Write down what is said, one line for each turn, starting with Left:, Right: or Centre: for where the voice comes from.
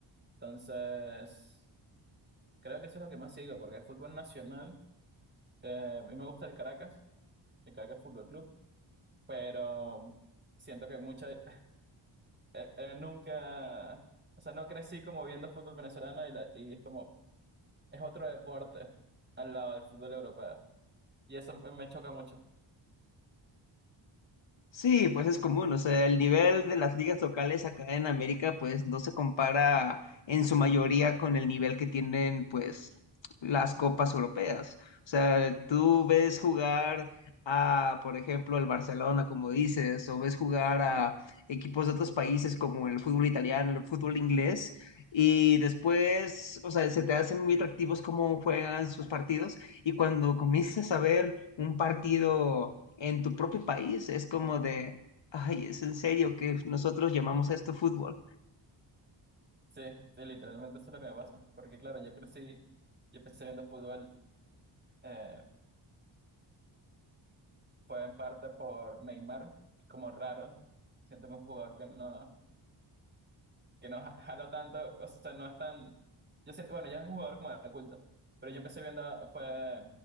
Right: Entonces, creo que eso es lo que más sigo, porque el fútbol nacional... Eh, a mí me gusta el Caracas, el Caracas Fútbol Club, pero siento que mucha, <laughs> eh, eh, nunca, o sea, no crecí como viendo fútbol venezolano y, la- y es como, es otro deporte al lado del fútbol europeo. Y eso me me choca mucho.
Left: Sí, pues es común, o sea, el nivel de las ligas locales acá en América pues no se compara en su mayoría con el nivel que tienen pues las copas europeas. O sea, tú ves jugar a, por ejemplo, el Barcelona, como dices, o ves jugar a equipos de otros países como el fútbol italiano, el fútbol inglés, y después, o sea, se te hacen muy atractivos cómo juegan sus partidos, y cuando comienzas a ver un partido en tu propio país es como de, ay, es en serio que nosotros llamamos
Right: <laughs>
Left: esto fútbol.
Right: Sí, sí, literalmente eso es lo que me pasa. Porque claro, yo crecí, yo empecé viendo fútbol, eh, fue en parte por Neymar, que es como raro. Siento que es un jugador que no, que no ja- jalo tanto, o sea, no es tan... Yo siento, bueno, ya es un jugador como de culto, pero yo empecé viendo, fue